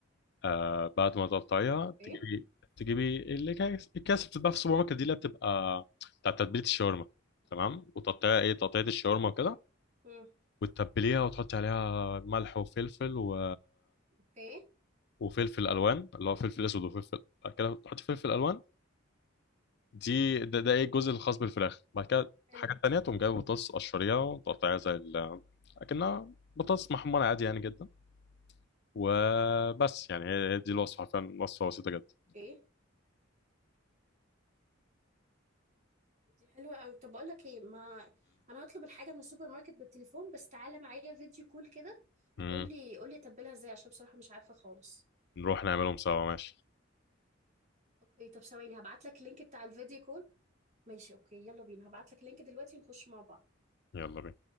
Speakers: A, on the left; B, on the right.
A: آه بعد ما تقطعيها
B: ايه
A: تجيبي تجيبي اللي كان الكاس بتتباع في السوبر ماركت دي اللي بتبقى بتاع تتبيله الشاورما تمام وتقطعيها ايه تقطيعه الشاورما وكده
B: حلو امم
A: وتتبليها وتحطي عليها ملح وفلفل و...
B: اوكي
A: وفلفل الوان اللي هو فلفل اسود وفلفل بعد كده تحطي فلفل الوان دي ده, ده ايه الجزء الخاص بالفراخ بعد كده
B: حلو
A: حاجات تانية تقوم جايبه بطاطس قشريها وتقطعيها زي ال... اكنها بطاطس محمرة عادي يعني جدا وبس يعني هي هي دي الوصفة فعلا وصفة بسيطة جدا
B: ايه دي حلوه قوي طب اقول لك ايه ما انا هطلب الحاجه من السوبر ماركت بالتليفون بس تعالى معايا فيديو كول كده
A: مم.
B: قول لي قول لي اتبلها ازاي عشان بصراحه مش عارفه خالص
A: نروح نعملهم سوا ماشي
B: اوكي طب ثواني هبعت لك اللينك بتاع الفيديو كول ماشي اوكي يلا بينا هبعت لك اللينك دلوقتي ونخش مع بعض
A: يلا بينا